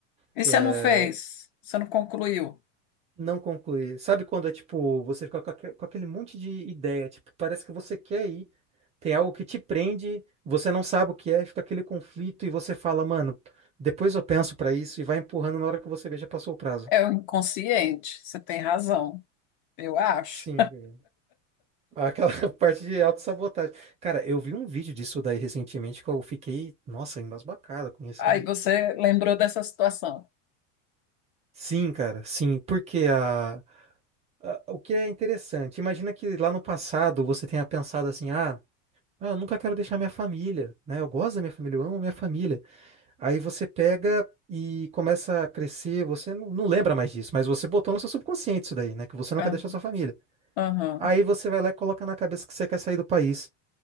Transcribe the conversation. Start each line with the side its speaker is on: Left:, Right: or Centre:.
Left: E
Right: que
Left: você
Right: é
Left: não fez? Você não concluiu?
Right: Não concluir. Sabe quando é tipo, você fica com aque- com aquele monte de ideia, tipo, parece que você quer ir, tem algo que te prende, você não sabe o que é, fica aquele conflito e você fala, mano, depois eu penso pra isso e vai empurrando na hora que você vê já passou o prazo.
Left: É o inconsciente, você tem razão, eu acho.
Right: Sim, velho. aquela <laughs> parte de autossabotagem. Cara, eu vi um vídeo disso daí recentemente que eu fiquei, nossa, embasbacado com isso,
Left: Aí
Right: cara.
Left: você lembrou dessa situação.
Right: Sim, cara, sim, porque a, a- o que é interessante, imagina que lá no passado você tenha pensado assim, ah. Ah, eu nunca quero deixar minha família, né? Eu gosto da minha família, eu amo a minha família. Aí você pega e começa a crescer, você não, não lembra mais disso, mas você botou no seu subconsciente isso daí, né? Que você não
Left: Ah,
Right: quer deixar sua família.
Left: aham.
Right: Aí você vai lá e coloca na cabeça que você quer sair do país.